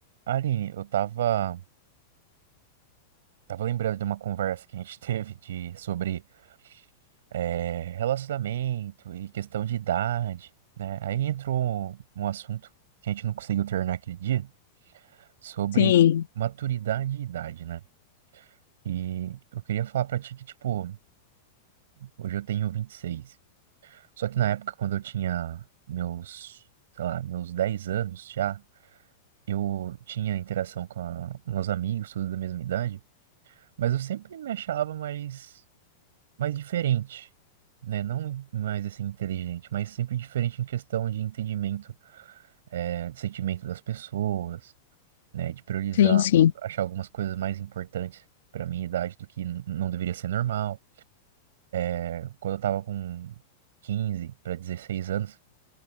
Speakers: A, on the right; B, on the left.
A: Aline, eu tava, tava lembrando de uma conversa que a gente <laughs> teve de, sobre eh, relacionamento e questão de idade, né? Aí entrou um assunto que a gente não conseguiu terminar aquele dia, sobre
B: Sim,
A: maturidade e idade, né? E eu queria falar pra ti que, tipo, hoje eu tenho vinte e seis, Só que na época, quando eu tinha meus, sei lá, meus 10 anos já, eu tinha interação com a- meus amigos, todos da mesma idade, mas eu sempre me achava mais mais diferente, né? Não mais assim inteligente, mas sempre diferente em questão de entendimento, né, de sentimento das pessoas, né? De priorizar,
B: sim, sim.
A: achar algumas coisas mais importantes para minha idade do que n- não deveria ser normal. É, Quando eu tava com 15 para 16 anos,